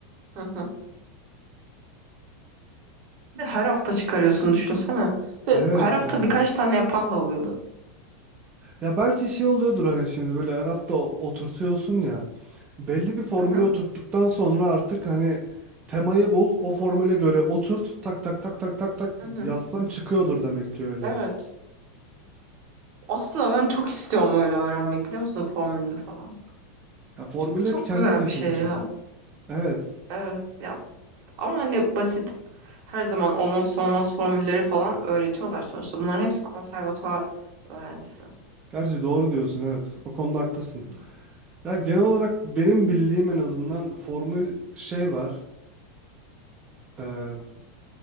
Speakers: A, on the right (about 35°); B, on the right (about 15°).
A: Hı hı. Bir de Her hafta çıkarıyorsun düşünsene. Ve
B: evet
A: her hafta
B: ya
A: birkaç tane yapan da oluyordu.
B: Ya belki şey oluyordur hani şimdi böyle her hafta o- oturtuyorsun ya. Belli bir formülü
A: Hı hı,
B: oturttuktan sonra artık hani temayı bul, o formüle göre oturt, tak tak tak tak tak tak
A: hı hı.
B: yazsan çıkıyordur demek ki öyle.
A: Evet. Aslında ben çok istiyorum öyle öğrenmek biliyor musun formülünü falan.
B: Ya formülü
A: Çünkü çok
B: hep kendin
A: güzel
B: keşfedeceksin.
A: bir şey ya.
B: Evet.
A: Evet. Ya Ama hani basit her zaman olmazsa olmaz formülleri falan öğretiyorlar sonuçta. Bunların hepsi konservatuvar öğrencisi.
B: Gerçi doğru diyorsun evet. O konuda haklısın.
A: Hı hı.
B: Ya genel olarak benim bildiğim en azından formül şey var. Eee,